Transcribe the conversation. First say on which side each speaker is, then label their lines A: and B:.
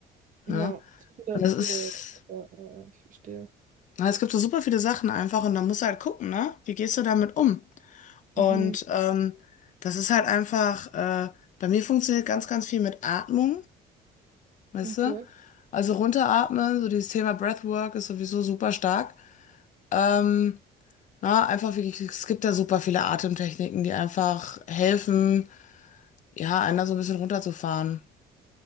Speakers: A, on the right (about 50°); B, on the left (about 50°).
A: Ja,
B: ne?
A: zu viele,
B: Und das
A: zu
B: ist,
A: viele. Ja, ja, ja, ich verstehe.
B: na, es gibt so super viele Sachen einfach und dann musst du halt gucken, ne? Wie gehst du damit um?
A: Mhm.
B: Und ähm, das ist halt einfach, äh, bei mir funktioniert ganz, ganz viel mit Atmung. weißt
A: Okay.
B: du? Also runteratmen, so dieses Thema Breathwork ist sowieso super stark. Ähm, na, einfach wirklich, es gibt da super viele Atemtechniken, die einfach helfen, ja, einer so ein bisschen runterzufahren.